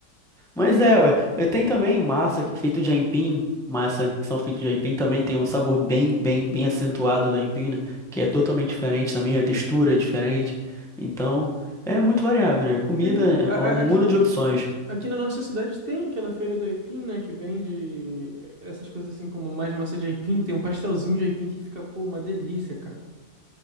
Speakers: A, in the centre; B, on the right (about 45°).
A: Mas é, ué. Eh, Tem também massa que é feito de aipim, massa que são feitos de aipim também tem um sabor bem, bem, bem acentuado do aipim, né? Que é totalmente diferente também, a textura é diferente. Então, é muito variável, né? Comida
B: É, a-
A: é é um mundo
B: a- aqui,
A: de opções.
B: aqui na nossa cidade tem aquela feira do aipim, né, que vende essas coisas assim, como mais massa de aipim, tem um pastelzinho de aipim que fica, pô, uma delícia, cara.